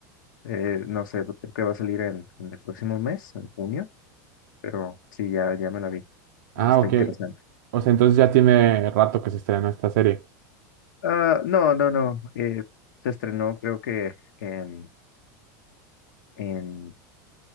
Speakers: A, on the left (about 80°); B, on the right (about 55°).
A: Eh, no sé, creo que va a salir en, en el próximo mes, en junio, pero sí, ya, ya me la vi y
B: Ah,
A: está
B: ok.
A: interesante.
B: O sea, entonces ya tiene rato que se estrenó esta serie.
A: Ah, no, no, no. eh, se estrenó creo que en, en